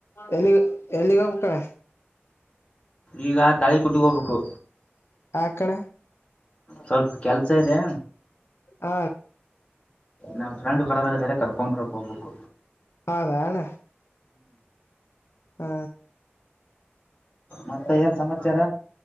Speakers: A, on the left; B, on the left.
A: ಎಲ್ಲಿ ಎಲ್ಲಿಗ್ ಹೋಗ್ಬೇಕ್ ಅಣ್ಣ
B: ಈಗ ತಳಿ ಕುಟ್ಟಕೋಬೇಕು
A: ಯಾಕಣ್ಣ
B: ಸ್ವಲ್ಪ ಕೆಲ್ಸ ಇದೆ
A: ಹ
B: ನಮ್ಮ ಫ್ರೆ್ ಬರೋರಲ್ಲ್ರ ಕರ್ಕೊ ಬರಕ್ ಹೋಗಬೇಕು
A: ಹೌದಣ್ಣ ಹಾ
B: ಮತ್ತೆ ಏನ್ ಸಮಾಚಾರ